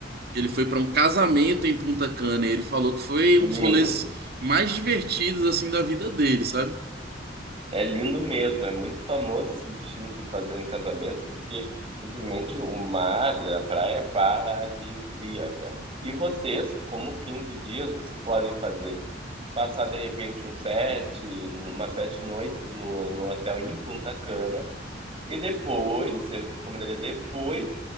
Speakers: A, on the right; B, on the right.
A: que Ele foi para um casamento em Punta Cana e ele falou que foi um dos
B: Lindo.
A: rolês mais divertidos assim da vida dele, sabe?
B: É lindo mesmo, é muito famoso esse destino por fazerem casamentos, porque simplesmente o mar, a praia é paradisíaca. E vocês, como 15 dias, vocês podem fazer? Passar de repente um sete, umas sete noites no, no hotel em Punta Cana, e depois, eu recomendaria depois,